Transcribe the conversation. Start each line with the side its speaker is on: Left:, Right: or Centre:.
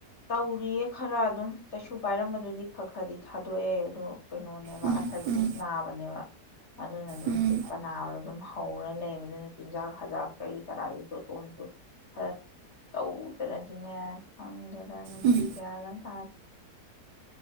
Left: ꯇꯧꯔꯤꯌꯦ ꯈꯔ ꯑꯗꯨꯝ ꯆꯁꯨ ꯄꯥꯏꯔꯝꯕꯗꯨꯗꯤ ꯈꯛ ꯈꯔꯗꯤ ꯊꯥꯗꯣꯛꯑꯦ ꯑꯗꯣ ꯀꯩꯅꯣꯅꯦꯕ
Right: ꯎꯝ
Left: ꯑꯥꯊꯔꯇꯤꯁ
Right: ꯎꯝ
Left: ꯅꯥꯕꯅꯦꯕ ꯑꯗꯨꯅ ꯑꯗꯨꯝ
Right: ꯎꯝ
Left: ꯆꯤꯛꯄ ꯅꯥꯕꯗ ꯑꯗꯨꯝ ꯍꯧꯔ ꯂꯩꯕꯗꯨꯅ ꯆꯤꯟꯖꯥꯛ ꯍꯖꯥꯛ ꯀꯔꯤ ꯀꯔꯥꯗꯤ ꯣꯇꯣꯟꯁꯨ ꯈꯔ ꯇꯧꯗꯅꯗꯤꯅꯦ ꯈꯪꯗꯦ
Right: ꯎꯝ
Left: ꯀꯌꯥ ꯊꯥ